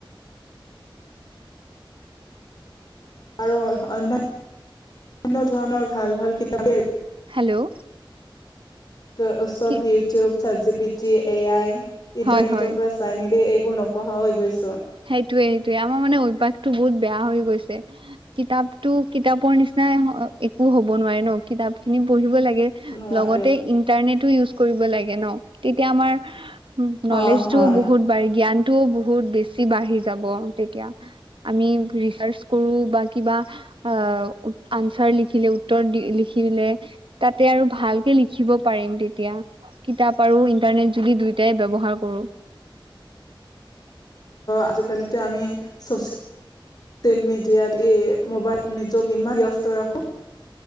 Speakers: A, on the left; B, on the right.
A: আৰু অন অনান্য ধৰণৰ ভাল ভাল কিতাপ
B: হেল্ল'
A: ত' উৎসৱ
B: কি
A: ইউটিউব চাট জি পিটি এ আই ইন্টাৰনেটৰ
B: হয় হয়
A: পৰা চাই মেলি এইবোৰ নপঢ়া হৈ গৈছো
B: সেইটোয়ে সেইটোয়ে আমাৰ মানে অভ্যাসটো বহুত বেয়া হৈ গৈছে কিতাপতো কিতাপৰ নিচিনা নাই একো হ'ব নোৱাৰে ন কিতাপ খিনি পঢ়িব লাগে
A: নোৱাৰে
B: লগতে ইন্টাৰনেটো ইউজ কৰিব লাগে ন তেতিয়া আমাৰ নলেজ
A: অ হয়
B: টোও বহুত বাৰি জ্ঞান ও বহুত বেছি বাঢি যাব তেতিয়া আমি কৰো বা কিবা আনচাৰ লিখিলে উত্তৰ দি লিখিলে তাতে আৰু ভাল লিখিব পাৰিম তেতিয়া কিতাপ আৰু ইন্টাৰনেট যদি দুয়টাই ব্যৱহাৰ কৰো
A: আজি কালিতো আমি চচিয়েল ছচিয়েল মিডিয়াত এই মোবাইল নিজক ইমান ব্যস্ত ৰাখোঁ